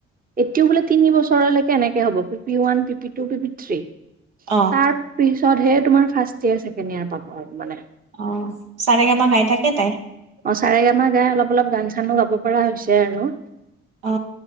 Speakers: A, on the right; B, on the right.
A: এতিয়াও বোলে তিনি বছৰলৈকে এনেক হব P P one P P two P P three
B: অ',
A: তাৰ পিছতহে তোমাৰ ফাৰ্ষ্ট ইয়েৰ ছেকেণ্ড ইয়েৰ পাব আৰু মানে
B: অ। চাৰে গামা গাই থাকে তাই।
A: অ চাৰে গামা গাই অলপ অলপ গান চানো গাব পৰা হৈছে আৰু।
B: অ